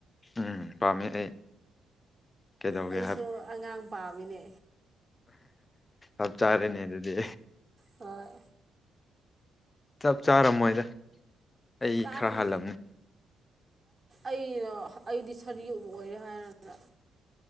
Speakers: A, on the left; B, on the right.
A: ꯎꯝ ꯄꯥꯝꯃꯦ ꯑꯩ ꯀꯩꯗꯧꯒꯦ
B: ꯑꯩꯁꯨ ꯑꯉꯥꯡ ꯄꯥꯝꯃꯤꯅꯦ
A: ꯑꯞ ꯆꯥꯔꯦ ꯅ ꯑꯗꯨꯤꯗꯤ
B: ꯍꯣꯏ
A: ꯆꯞ ꯆꯥꯔꯝꯃꯣꯏꯗ ꯑꯩ
B: ꯆꯥꯔꯝ
A: ꯈꯔ ꯍꯜꯂꯝꯅꯤ
B: ꯑꯩꯅ ꯑꯩꯗꯤ ꯁꯥꯔꯤꯕꯨ ꯑꯣꯏꯔꯦ ꯍꯥꯏꯔꯗ꯭ꯔ